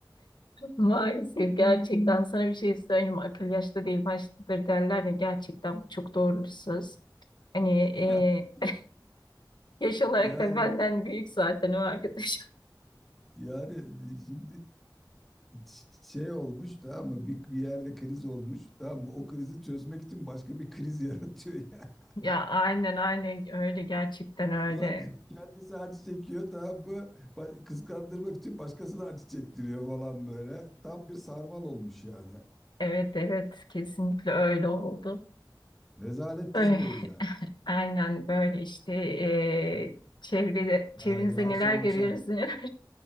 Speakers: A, on the left (about 70°); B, in the centre.
A: Maalesef gerçekten sana bir şey söyleyeyim mi? akıl yaşta değil baştadır derler ya gerçekten bu çok doğru bir söz. Hani
B: <laughs>
A: e, yaş olarak
B: Ya
A: da benden büyük zaten o arkadaş. <laughs>
B: yani şimdi ç- şey olmuş tamam mı? Bir, bir yerde kriz olmuş tamam mı? O krizi çözmek için başka bir kriz <laughs> yaratıyor ya.
A: Ya aynen aynen öyle gerçekten öyle.
B: Ulan kendisi acı çekiyor tamam mı? Ba- Kıskandırmak için başkasına acı çektiriyor falan böyle. Tam bir sarmal olmuş yani.
A: Evet evet kesinlikle öyle oldu.
B: Rezalet
A: Öyle.
B: diz boyu yani.
A: Aynen böyle işte e, çevrede, çevrenizde
B: Ya, ya
A: neler
B: akşam
A: görüyoruz
B: akşam
A: neler.